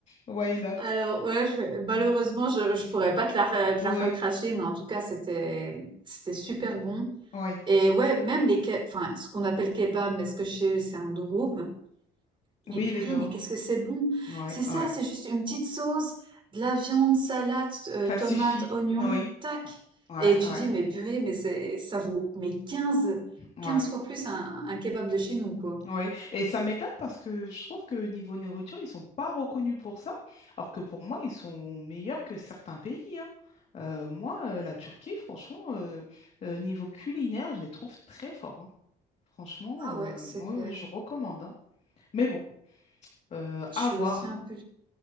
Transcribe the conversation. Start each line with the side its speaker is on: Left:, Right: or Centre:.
Left: why not?
Right: alors ouais, je- malheureusement, je je pourrais pas te la re- te
Left: Oui,
Right: la recracher, mais en tout cas, c'était c'était super bon.
Left: oui.
Right: Et ouais, même les ke- enfin ce qu'on appelle kebab, mais ce que chez eux c'est un durum.
Left: Oui,
Right: Mais purée,
Left: les dômes.
Right: mais qu'est-ce que c'est bon!
Left: Ouais,
Right: C'est ça,
Left: ouais.
Right: c'est juste une petite sauce, de la viande, salade, euh,
Left: Ça
Right: tomate,
Left: suffit.
Right: oignon,
Left: Oui.
Right: tac!
Left: Ouais,
Right: Et tu
Left: ouais,
Right: dis, mais purée, mais c'est, ça vaut, mais quinze,
Left: ouais.
Right: 15 fois plus un, un kebab de chez nous, quoi.
Left: Oui, et ça m'étonne parce que je trouve que niveau nourriture, ils sont pas reconnus pour ça, alors que pour moi, ils sont meilleurs que certains pays, hein. Euh, moi, euh, la Turquie, franchement, euh, euh, niveau culinaire, je les trouve très forts, hein. Franchement,
Right: Ah
Left: euh,
Right: ouais, c'est
Left: oui,
Right: clair.
Left: oui, je recommande, hein. Mais bon, euh,
Right: Je
Left: à
Right: suis
Left: voir.
Right: aussi un peu...